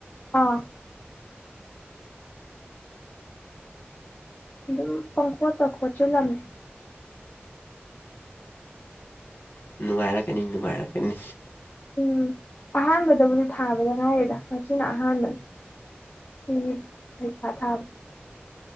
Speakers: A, on the left; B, on the left.
A: ꯑꯥ ꯑꯗꯨꯝ ꯄꯪꯈꯣꯠꯇ ꯈꯣꯠꯆꯜꯂꯝꯃꯦ
B: ꯎꯝ ꯅꯨꯡꯉꯥꯏꯔꯛꯀꯅꯤ ꯅꯨꯡꯉꯥꯏꯔꯛꯀꯅꯤ
A: ꯎꯝ ꯑꯍꯥꯟꯕꯗꯕꯨꯗꯤ ꯊꯥꯕꯗ ꯉꯥꯏꯔꯤꯗ ꯉꯁꯤꯅ ꯑꯍꯥꯟꯕꯅꯤ ꯁꯤꯒꯤ ꯄꯩꯈꯥ ꯊꯥꯕ